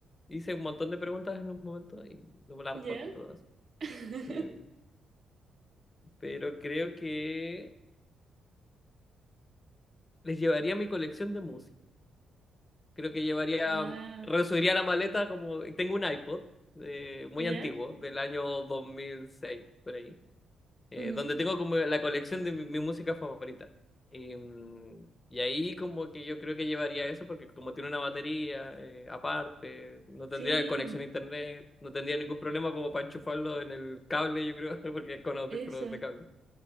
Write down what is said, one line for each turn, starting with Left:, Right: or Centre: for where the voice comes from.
Left: hice un montón de preguntas en un momento y no me las
Right: ¿Ya?
Left: respondí todas.
Right: <laughs>
Left: Em, pero creo que les llevaría mi colección de música. Creo que llevaría,
Right: Wow.
Left: mm, resubiría la maleta como tengo un iPod eh, muy
Right: ¿Ya?
Left: antiguo, del año 2006 por ahí. eh,
Right: Ujú.
Left: donde tengo como la colección de mi, mi música favorita. Y, mm, y ahí como que yo creo que llevaría eso porque como tiene una batería eh, aparte, no tendría
Right: Sí,
Left: conexión a internet, no tendría ningún problema como para enchufarlo en el cable, yo creo, <laughs> porque es con audífonos
Right: eso.
Left: de cable.